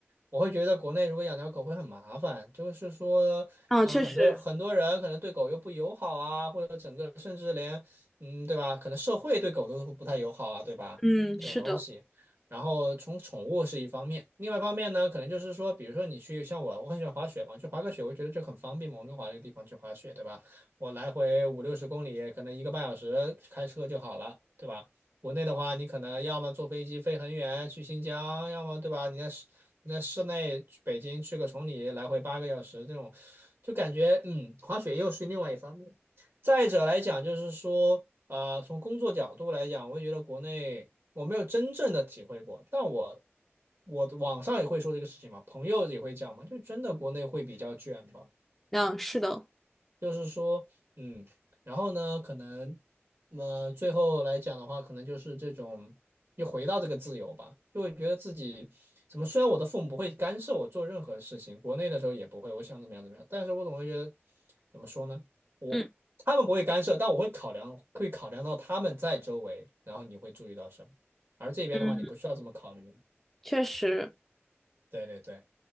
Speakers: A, on the right; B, in the centre.
A: 我会觉得国内如果养条狗会很麻烦，就是说，
B: 啊，
A: 嗯、
B: 确实，
A: 很多很多人可能对狗又不友好啊，或者整个甚至连，嗯，对吧？可能社会对狗都不太友好啊，对吧？
B: 嗯，
A: 这种东西。
B: 是的，
A: 然后从宠物是一方面，另外一方面呢，可能就是说，比如说你去像我，我很喜欢滑雪嘛，去滑个雪，我觉得就很方便嘛，我温哥华这个地方去滑雪，对吧？我来回五六十公里，可能一个半小时开车就好了，对吧？国内的话，你可能要么坐飞机飞很远去新疆，要么对吧？你在市你在市内去北京去个崇礼，来回八个小时，这种就感觉嗯，滑雪又是另外一方面。再者来讲，就是说，呃，从工作角度来讲，我也觉得国内我没有真正的体会过，但我我网上也会说这个事情嘛，朋友也会讲嘛，就真的国内会比较卷吧。
B: 嗯，是的，
A: 就是说，嗯，然后呢，可能，呃，最后来讲的话，可能就是这种又回到这个自由吧，就会觉得自己怎么，虽然我的父母不会干涉我做任何事情，国内的时候也不会，我想怎么样怎么样，但是我总会觉得，怎么说呢，我他们不会干涉，
B: 嗯
A: 但我会考量，会考量到他们在周围，然后你会注意到什么，而这边的话，
B: 嗯，
A: 你不需要这么考虑，
B: 确实，
A: 对对对。